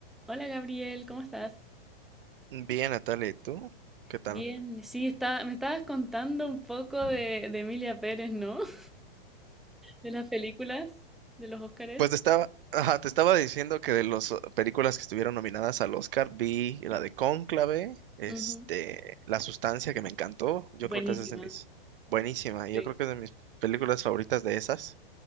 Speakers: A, in the centre; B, on the right (about 65°).
A: Hola Gabriel, ¿cómo estás?
B: Bien, Natalia, ¿y tú? ¿Qué tal?
A: Bien, sí, está, me estabas contando un poco de, de Emilia Pérez, ¿no? <laughs> De las películas, de los Óscares.
B: Pues te estaba, <laughs> ajá, te estaba diciendo que de las películas que estuvieron nominadas al Oscar, vi la de Cónclave, este,
A: Ujú,
B: La Sustancia, que me encantó. Yo
A: Buenísima,
B: creo que esa es de mis, buenísima, y
A: sí.
B: yo creo que es de mis películas favoritas de esas.